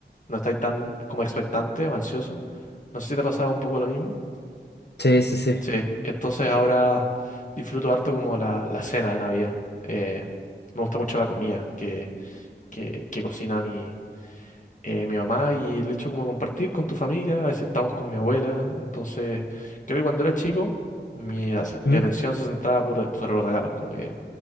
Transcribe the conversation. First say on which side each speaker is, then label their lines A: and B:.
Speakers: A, on the left (about 45°); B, on the left (about 65°).
A: no estáis tan como expectante o ansioso. No sé si te pasaba un poco lo mismo.
B: Sí, sí, sí.
A: Sí, entonces ahora disfruto harto como la, la cena de Navidad. Eh, me gusta mucho la comida que, que, que cocina mi, eh, mi mamá y el hecho como compartir con tu familia, a veces estamos con mi abuela, entonces creo que cuando era chico mi, as-
B: ¿Mm?
A: mi atención se centraba por, sobre los regalos, como que